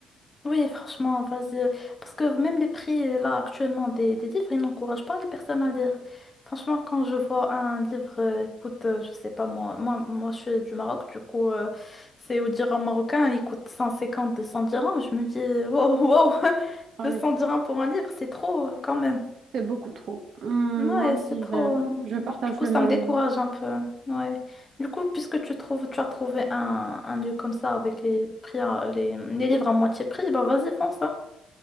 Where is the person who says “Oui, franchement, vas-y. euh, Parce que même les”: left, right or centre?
Left